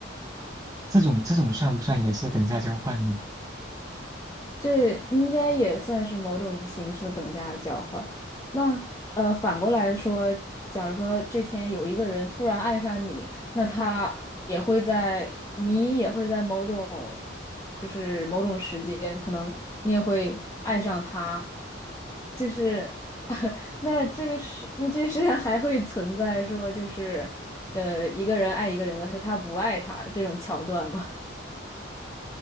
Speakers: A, on the right; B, on the left.
A: 这种这种算不算也是等价交换呢？
B: 这应该也算是某种形式的等价交换。那呃，反过来说，假如说这天有一个人突然爱上你，那他也会在，你也会在某种，就是某种时间，可能你也会爱上他，就是 <laughs> 那这个世，那这世上还会存在说，就是呃，一个人爱一个人，但是他不爱他这种桥段吗？